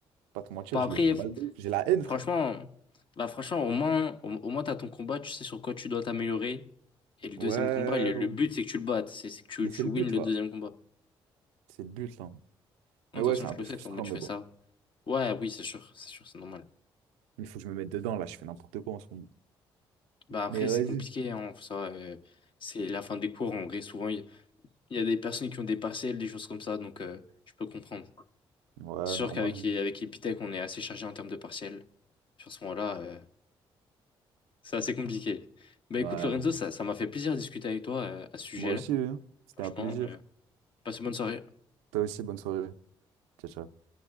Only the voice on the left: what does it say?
Pas
après,
f-
franchement,
bah franchement, au moins, au, au moins t'as ton combat, tu sais sur quoi tu dois t'améliorer. Et le
deuxième combat, le, le
but, c'est que tu le battes, c'est c'est que
tu,
tu
wins
le
deuxième combat.
Non,
de
toute façon,
je
le
sais,
ton mode, tu
fais
ça. Ouais, oui, c'est sûr, c'est sûr, c'est normal.
Bah après,
c'est compliqué, hein, ça, euh, c'est la fin des cours, en vrai, souvent, il il y, a des personnes qui ont des partiels, des choses comme ça, donc euh, je peux comprendre.
C'est sûr
qu'avec
avec Epitech, on est assez chargé en termes de partiels. Sur ce moment-là, euh, c'est assez compliqué. Bah
écoute, Lorenzo,
ça, ça m'a fait plaisir de discuter avec toi euh, à ce sujet-là.
Franchement,
euh, passe une bonne soirée.